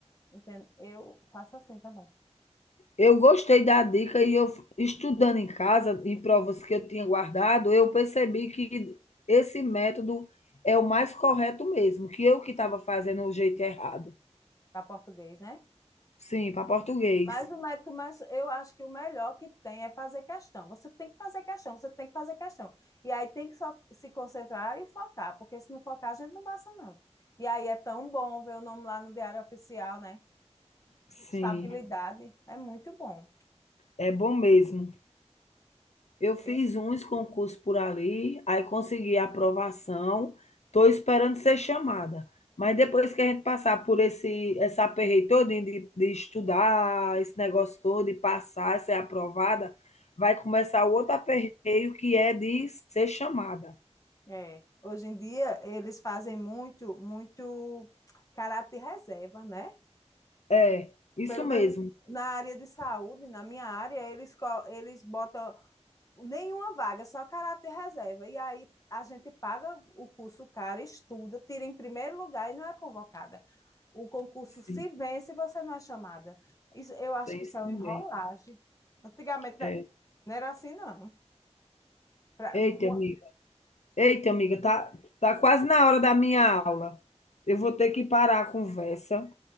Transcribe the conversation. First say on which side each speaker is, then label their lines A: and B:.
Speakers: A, on the left (about 30°); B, on the left (about 70°).
A: entende? Eu faço assim também,
B: Eu gostei da dica e eu, estudando em casa, em provas que eu tinha guardado, eu percebi que esse método é o mais correto mesmo, que eu que estava fazendo o jeito errado.
A: para português, né?
B: Sim, para português.
A: Mas o método, mas eu acho que o melhor que tem é fazer questão. Você tem que fazer questão, você tem que fazer questão. E aí tem que só se concentrar e focar, porque se não focar, a gente não passa, não. E aí é tão bom ver o nome lá no Diário Oficial, né?
B: Sim,
A: Estabilidade é muito bom.
B: é bom mesmo. Eu fiz
A: Eu-
B: uns concursos por ali, aí consegui a aprovação, estou esperando ser chamada. Mas depois que a gente passar por esse essa aperreio todinho de, de estudar, esse negócio todo, de passar, ser aprovada, vai começar o outro aperreio que é de ser chamada.
A: É. hoje em dia, eles fazem muito, muito caráter reserva, né?
B: É, isso
A: Pelo
B: mesmo.
A: menos na área de saúde, na minha área, eles, co- eles botam nenhuma vaga, só caráter reserva. E aí a gente paga o curso caro, estuda, tira em primeiro lugar e não é convocada. O concurso
B: Sim,
A: se vence e você não é chamada. Isso, eu acho
B: tem
A: que isso
B: isso
A: é uma
B: também.
A: enrolagem. Antigamente né,
B: É.
A: não era assim, não. Pra,
B: Eita,
A: uma...
B: amiga. Eita, amiga, tá, tá quase na hora da minha aula. Eu vou ter que parar a conversa.